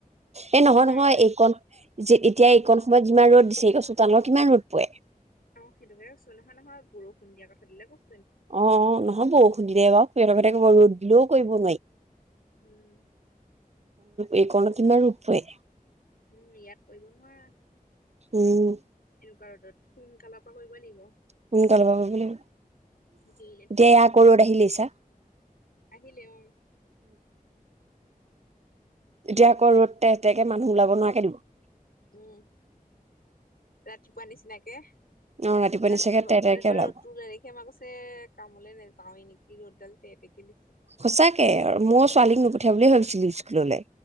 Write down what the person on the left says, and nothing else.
কাৰেণ্টটোৱে
অ সেইটোকে কৈছো নহয় নহয় বৰষুণ দিয়া কথাটোলে কৈ
উম
উম ইয়াত কৰিব নোৱাৰা
চোকা ৰ'দত সোনকাল পা কৰিব লাগিব।
দেৰিলে থাকিলে নহ'ব
আহিলে অ
উম ৰাতিপুৱা নিচিনাকে ৰাতিপুৱা
ৰাতিপুৱা
ৰ'দটো ওলাই দেখি আমা কৈছে কামলে নাযাওৱেই নেকি ৰ'দডাল <unintelligible>